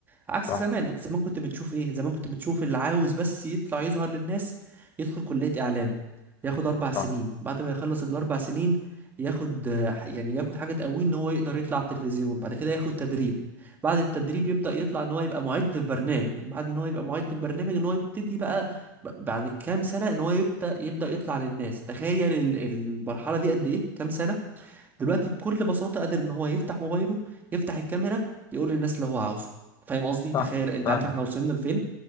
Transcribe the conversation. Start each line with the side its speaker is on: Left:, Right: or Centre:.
Right: عكس
Left: صح
Right: زمان انت زمان كنت بتشوف ايه زمان كنت بتشوف اللي عاوز بس يطلع يظهر للناس يدخل كليه اعلام ياخد اربع سنين
Left: صح
Right: بعد ما يخلص الاربع سنين ياخد آه، ح- يعني ياخد حاجه تقويه ان هو يقدر يطلع على التلفزيون بعد كده ياخد تدريب بعد التدريب يبدا يطلع ان هو يبقى معد في برنامج بعد ان هو يبقى معد في برنامج ان هو يبتدي بقى ب- بعد كام سنة ان هو يبدأ يبدأ يطلع للناس تخيل ال- المرحلة دي قد ايه كام سنة دلوقتي بكل بساطة قادر ان هو يفتح موبايله يفتح الكاميرا يقول للناس اللي هو عاوزه فاهم قصدي
Left: صح
Right: تخيل انت
Left: فاهمك
Right: عارف احنا وصلنا لفين